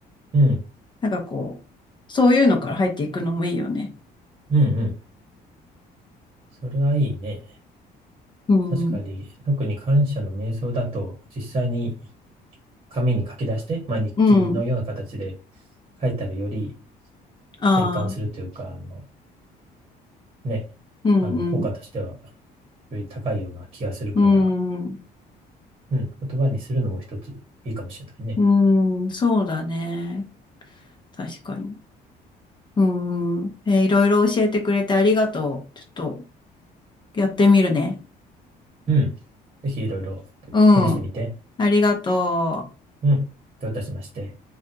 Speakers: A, on the right; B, on the left.
A: うん、
B: なんかこう、そういうのから入っていくのもいいよね。
A: うん、うん。それはいいね。
B: うん。
A: 確かに、特に感謝の瞑想だと、実際に紙に書き出して、まあ、日記のような形で
B: うん。
A: 書いたらより
B: ああ。
A: 体感するというか、あの、ね、
B: うん、
A: あの、
B: うん。
A: 効果としてはより高いような気がするから、
B: うん。
A: うん、言葉にするのも一ついいかもしれないね。
B: うん。そうだね。確かに。うん。うんえーいろいろ教えてくれてありがとう。ちょっと、やってみるね。
A: うん。ぜひいろいろ試してみて。
B: うん。ありがとう。
A: うん。どういたしまして。